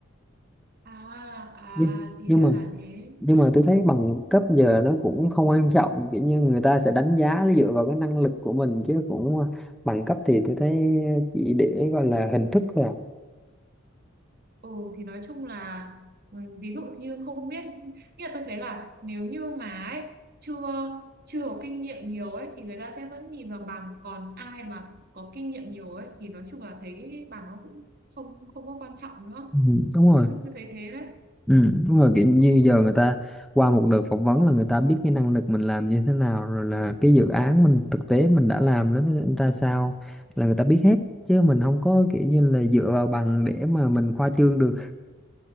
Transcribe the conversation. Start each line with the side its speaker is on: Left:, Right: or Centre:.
Right: À, à
Centre: nhưng
Right: thì
Centre: nhưng
Right: ra
Centre: mà
Right: là thế.
Centre: nhưng mà tôi thấy bằng cấp giờ nó cũng không quan trọng kiểu như người ta sẽ đánh giá dựa vào cái năng lực của mình chứ cũng bằng cấp thì tôi thấy chỉ để gọi là hình thức thôi à.
Right: Ừ thì nói chung là ừ, ví dụ như không biết nghĩa là tôi thấy là nếu như mà ấy, chưa chưa có kinh nghiệm nhiều ấy thì người ta sẽ vẫn nhìn vào bằng còn ai mà có kinh nghiệm nhiều ấy thì nói chung là thấy bằng nó cũng không không có quan trọng nữa
Centre: Ừ, đúng rồi
Right: tôi, tôi thấy thế đấy
Centre: ừ, đúng rồi kiểu như giờ người ta qua một đợt phỏng vấn là người ta biết cái năng lực mình làm như thế nào rồi là cái dự án mình thực tế mình đã làm nó ra sao là người ta biết hết chứ mình không có kiểu như là dựa vào bằng để mà mình khoa trương được